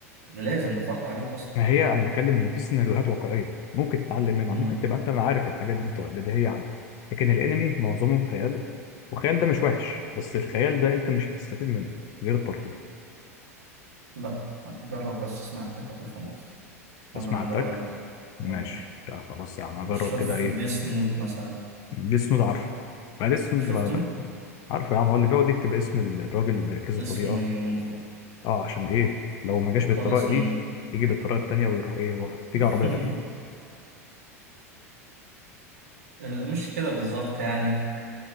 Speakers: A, on the right; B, on the left.
A: ده لازم ده فرض عليك اصلا
B: ما هي انا بتكلم ان في سيناريوهات واقعيه ممكن تتعلم منها
A: مم.
B: ممكن تبقى انت عارف الحاجات دي طو- بديهيه عندك لكن الانمي معظمه خيال والخيال ده مش وحش بس الخيال ده انت مش هتستفيد منه غير الترفيه
A: لا جرب بس اسمع التك وهتفهم قصدي انا
B: اسمع
A: عندي
B: تك
A: راي برضه
B: ماشي
A: اه
B: يا خلاص يا عم اجرب
A: شوف
B: كده ايه
A: ديس نوت مثلا
B: ديس نوت عارف ما ديس نوت
A: شفته
B: ما... ما- عارف يا عم هو اللي بيقعد يكتب اسم الراجل بكذا
A: اسمه
B: طريقه
A: نوت آه.
B: اه عشان ايه لو ما جاش
A: يخلص
B: بالطريقه دي
A: إن...
B: يجي بالطريقه التانيه ويروح ايه واخد- تيجي
A: <laughs>
B: عربيه تاكله
A: مش كده بالظبط يعني